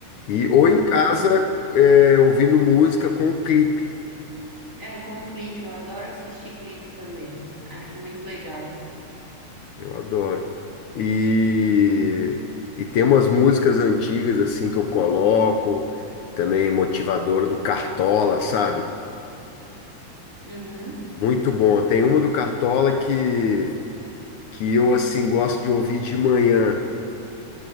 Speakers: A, on the left; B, on the right.
A: E, ou em
B: Uhum.
A: casa, é, ouvindo música com o clipe.
B: É, com clipe. Eu adoro assistir clipe também. Acho muito legal.
A: Eu adoro. E, e tem umas músicas antigas, assim, que eu coloco. Também motivadora do Cartola, sabe?
B: Uhum.
A: Muito bom. Tem uma do Cartola que, que eu, assim, gosto de ouvir de manhã.